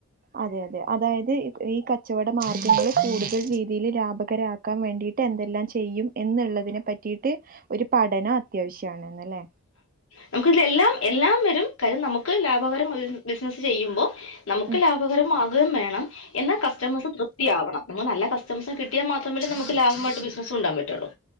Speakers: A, on the right; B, on the left.
A: അതെ അതെ അതായത് ഈ കച്ചവട മാർഗ്ഗങ്ങൾ കൂടുതൽ രീതിയിൽ ലാഭകര ക്കാൻ വേണ്ടിട്ട് എന്തെല്ലാം ചെയ്യും എന്നുള്ളതിനെ പറ്റിയിട്ട് ഒരു പഠനം അത്യാവശ്യമാണ് എന്നല്ലേ?
B: നമുക്ക് ഇതിലെല്ലാം എല്ലാം വരും കാര്യം നമുക്ക് ലാഭകരം ബിസിനസ്സ് ചെയ്യുമ്പോ നമുക്ക്
A: ഉം
B: ലാഭകരമാകുകയും വേണം എന്നാൽ കസ്റ്റമേഴ്സ് തൃപ്തിയാവണം. നമ്മൾ നല്ല കസ്റ്റമേഴ്‌സ് കിട്ടിയാ മാത്രമേ നമുക്ക് ലാഭമായിട്ട് ബിസിനസ് കൊണ്ടോകാൻ പറ്റുള്ളൂ